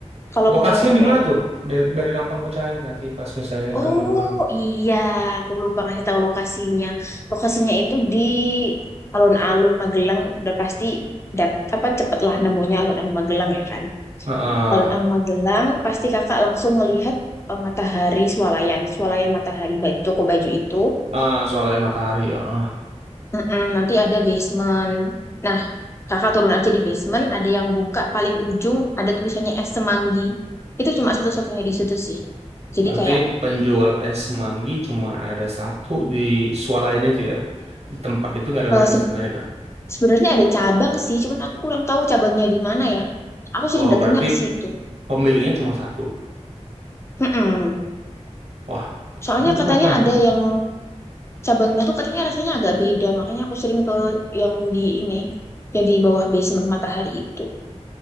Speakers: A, on the left; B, on the right.
A: kalau
B: lokasinya
A: mau apa
B: di mana
A: ya?
B: tuh? Biar, biar gampang ku cari nanti pas misalnya
A: Oh,
B: ke Magelang.
A: iya, aku lupa ngasih tahu lokasinya. Lokasinya itu di alun-alun Magelang udah pasti dap- apa cepet lah nemunya alun-alun Magelang ya kan.
B: Heeh. Ah,
A: Alun-alun Magelang pasti kakak langsung ngelihat eh, matahari swalayan, swalayan matahari ba- toko baju itu
B: Ah, soalnya matahari. Ah.
A: Mm-mm, nanti ada basement. Nah, kakak turun aja di basement, ada yang buka paling ujung, ada tulisannya es semanggi. Itu cuma satu-satunya di situ sih. Jadi
B: Berarti
A: kayak
B: penjual es manggi cuma ada satu di swalayan itu ya. Di tempat itu nggak ada
A: eh,
B: lagi
A: se-
B: setelah itu.
A: sebenarnya ada cabang sih, cuman aku kurang tahu cabangnya di mana ya. Aku sering
B: Oh,
A: datangnya
B: berarti
A: ke situ.
B: pemiliknya cuma satu.
A: Mm-mm.
B: Wah,
A: Soalnya
B: itu
A: katanya
B: mah gampang.
A: ada yang cabangnya tuh katanya rasanya agak beda, makanya aku sering ke yang di ini, yang di bawah basement matahari itu.